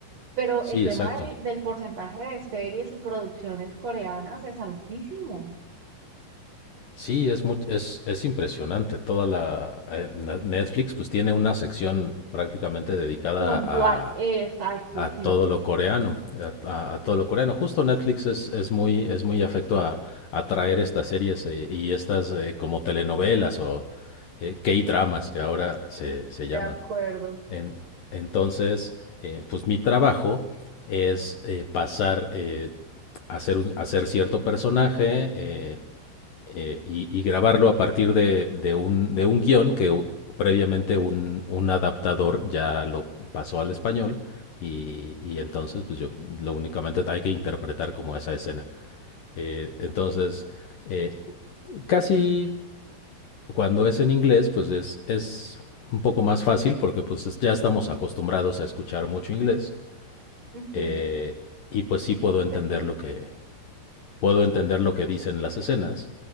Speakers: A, on the right; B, on the left.
A: pero
B: sí,
A: el tema
B: exacto.
A: del, del porcentaje de series y producciones coreanas es altísimo.
B: Sí, es, mu- es, es impresionante. Toda la eh, na- Netflix pues tiene una sección prácticamente dedicada
A: Puntual,
B: a,
A: exacto,
B: a
A: sí.
B: todo lo coreano, a, a- a todo lo coreano. Justo Netflix es, es muy es muy afecto a, a traer estas series eh, y estas eh, como telenovelas o eh, K-dramas que ahora se, se
A: De
B: llaman.
A: acuerdo.
B: En- entonces, eh, pues mi trabajo es eh, pasar, eh, hacer, un- hacer cierto personaje eh, eh, y, y grabarlo a partir de, de un, de un guión que u- previamente un, un adaptador ya lo pasó al español y, y entonces pues yo lo únicamente hay que interpretar como esa escena. Eh, entonces, eh, casi cuando es en inglés, pues es, es un poco más fácil porque pues es- ya estamos acostumbrados a escuchar mucho inglés
A: Ujú.
B: eh, y pues sí puedo entender
A: Te-
B: lo que puedo entender lo que dicen las escenas,